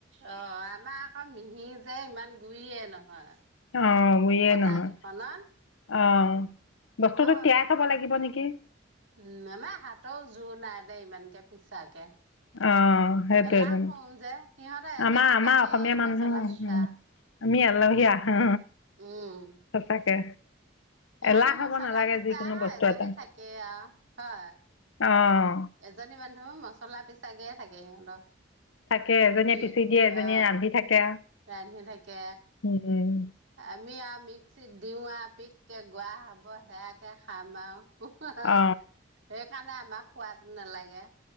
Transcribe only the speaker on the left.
অ গোৰিয়ে
নহয়
অ বস্তুটো
তিয়াই থব লাগিব নেকি
অ সেইটোয়ে
জানো
আমাৰ আমাৰ
অসমীয়া মানুহ
উ আমি আলহী আহ
সঁচাকে
এলাহ
হব নালাগে
যিকোনো বস্তু
এটা
অ
থাকে এজনীয়ে
পিচি দিয়ে এজনীয়ে
ৰাান্ধি থাকে
উম
অ